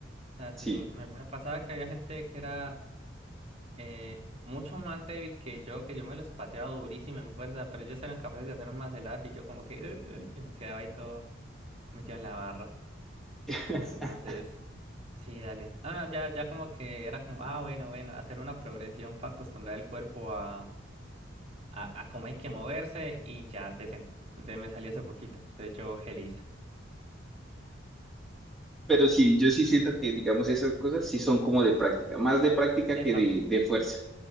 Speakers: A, on the right (about 30°); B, in the centre.
A: O sea,
B: sí.
A: sí, me, me pasaba que había gente que era eh, mucho más débil que yo, que yo me los pateaba durísimo en fuerza, pero ellos eran capaces de hacer un más de lap y yo como que. eh, eh, y me quedaba ahí todo. metido en la barra.
B: <laughs>
A: Entonces, sí, dale. No, no, ya, ya como que era como, ah, bueno, bueno, hacer una progresión para acostumbrar el cuerpo a, a, a cómo hay que moverse y ya, decente. De, me salió hace poquito, entonces yo feliz.
B: Pero sí, yo sí siento que, digamos, esas cosas sí son como de práctica, más de práctica que
A: Epa.
B: de, de fuerza.